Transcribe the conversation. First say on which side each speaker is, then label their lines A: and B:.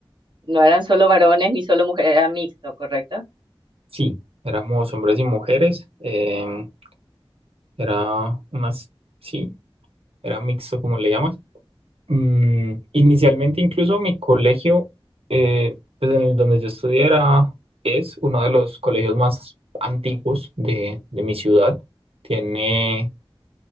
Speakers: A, on the right (about 55°); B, on the right (about 90°).
A: no eran solo varones ni solo mujeres, era mixto, ¿correcto?
B: Sí, éramos hombres y mujeres. em, era unas, sí, era mixto como le llamas. Mm, inicialmente incluso mi colegio, eh, pues en el donde yo estudié era- es uno de los colegios más antiguos de, de mi ciudad. Tiene